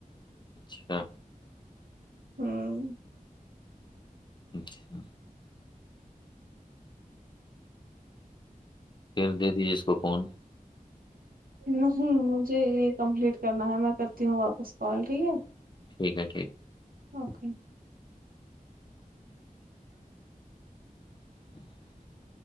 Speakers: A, on the left (about 30°); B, on the right (about 80°).
A: اچھا
B: ہوں
A: اچھا پھر دے دیجیے اس کو فون
B: نہیں مجھے یہ کمپلیٹ کرنا ہے میں کرتی ہوں واپس کال ٹھیک ہے
A: ٹھیک ہے ٹھیک
B: اوکے
A: <unintelligible>